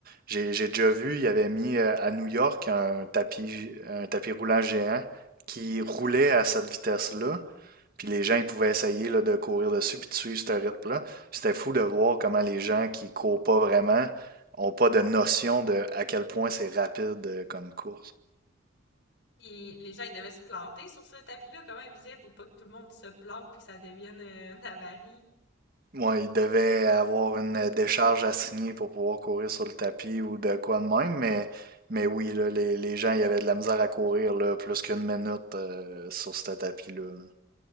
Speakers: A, on the right; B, on the left.
A: J'ai, j'ai déjà vu, il avait mis euh, à New York un tapis, un tapis roulant géant qui roulait à cette vitesse-là. Puis les gens, ils pouvaient essayer là, de courir dessus puis de suivre ce rythme-là. C'était fou de voir comment les gens qui courent pas vraiment ont pas de notion de à quel point c'est rapide euh, comme course.
B: Puis les gens, ils devaient se planter sur ce tapis-là, comment ils disaient, pour pas que tout le monde se plante puis que ça devienne euh, une avarie.
A: Ouais, il devait avoir une euh, décharge à signer pour pouvoir courir sur le tapis ou de quoi de même, mais, mais oui, là, les, les gens, il y avait de la misère à courir là, plus qu'une minute euh, sur ce tapis-là. là.